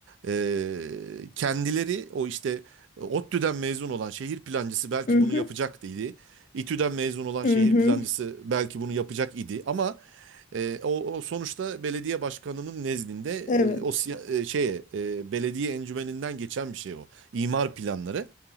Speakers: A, on the right; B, on the left.
A: e, kendileri o işte ODTÜ'den mezun olan şehir plancısı belki
B: Hı hı,
A: bunu yapacak idi. İTÜ'den mezun olan
B: hı
A: şehir
B: hı,
A: plancısı belki bunu yapacak idi ama e, o, o sonuçta belediye başkanının nezdinde
B: evet.
A: e, o siya- e, şeye e, belediye encümeninden geçen bir şey o. İmar planları